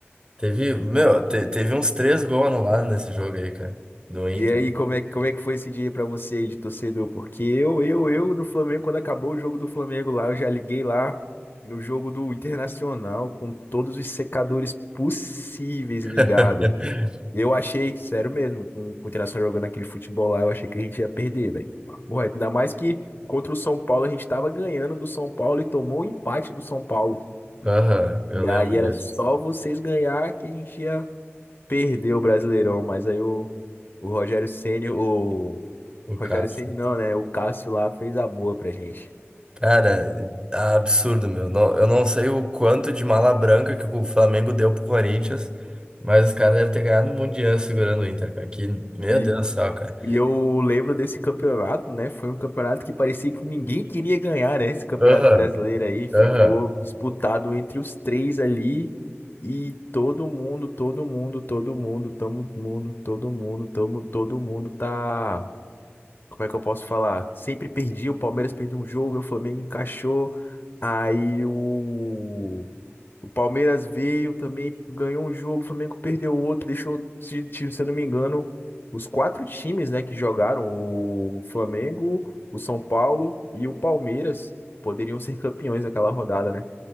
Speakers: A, on the right (about 20°); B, on the left (about 50°).
A: Teve, meu, te- teve uns três gols anulados nesse jogo aí, cara, do Inter.
B: E aí, como é, que- como é que foi esse dia aí pra você aí de torcedor? Porque eu, eu, eu no Flamengo, quando acabou o jogo do Flamengo lá, eu já liguei lá no jogo do Internacional com todos os secadores possíveis ligado.
A: <laughs>
B: Eu achei, sério mesmo, com, com o Internacional jogando aquele futebol lá, eu achei que a gente ia perder, velho. Papo reto. Ainda mais que contra o São Paulo a gente tava ganhando do São Paulo e tomou o empate do São Paulo.
A: Aham, eu
B: E
A: lembro
B: aí era
A: disso.
B: só vocês ganhar que a gente ia perder o Brasileirão. Mas aí o, o Rogério Ceni, o
A: O
B: Rogério
A: caso.
B: Ceni não, né? O Cássio lá fez a boa pra gente.
A: Cara, absurdo, meu. Não- eu não sei o quanto de mala branca que o Flamengo deu pro Corinthians, mas os caras devem ter ganhado um mundial segurando o Inter, cara. Que, meu
B: E
A: Deus do céu, cara.
B: E eu lembro desse campeonato, né? Foi um campeonato que parecia que ninguém queria ganhar, né? Esse campeonato
A: Aham,
B: brasileiro aí ficou
A: aham,
B: disputado entre os três ali e todo mundo, todo mundo, todo mundo, todo mundo, todo mundo, tamo, todo mundo tá. Como é que eu posso falar? Sempre perdi, o Palmeiras perdeu um jogo, o Flamengo encaixou, aí o o Palmeiras veio também, ganhou um jogo, o Flamengo perdeu outro, deixou, se, se se eu não me engano, os quatro times, né, que jogaram, o Flamengo, o São Paulo e o Palmeiras, poderiam ser campeões daquela rodada, né?